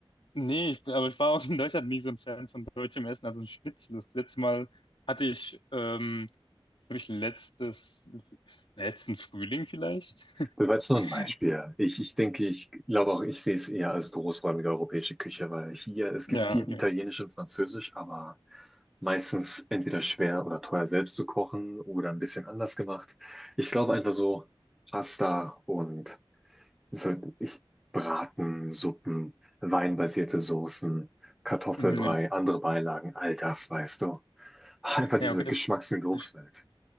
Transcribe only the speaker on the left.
Nee, ich, aber ich war auch in Deutschland nie so ein Fan von deutschem Essen, also ein Schnitzel. Das letzte Mal hatte ich, ähm, glaube ich, letztes, letzten Frühling vielleicht. <laughs>
Ja,
okay.
Mhm, Ja,
ja
okay, das,
das